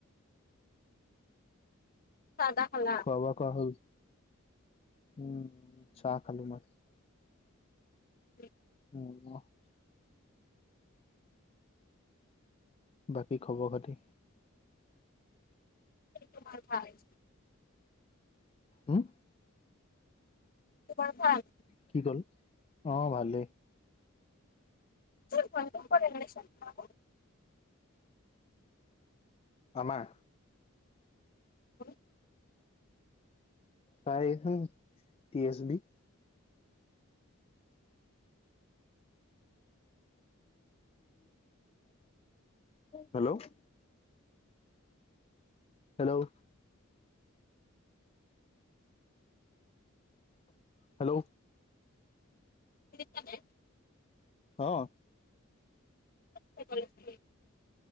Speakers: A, on the left; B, on the left.
A: চাহ-তাহ খালা?
B: খোৱা-বোৱা কৰা হ'ল? উম চাহ খালো মই।
A: উম <unintelligible>
B: উ <unintelligible> বাকী খব -খাতি?
A: কুমাৰ ভ <unintelligible>
B: হম'
A: তোমাৰ ভাল?
B: কি ক'লা? অ' ভালেই।
A: ত স প <unintelligible>
B: আমাৰ?
A: উম <unintelligible>
B: প্ৰায় <unintelligible> T S B hello? Hello hello
A: হুনিচনে
B: অ'
A: কি কৰি আছা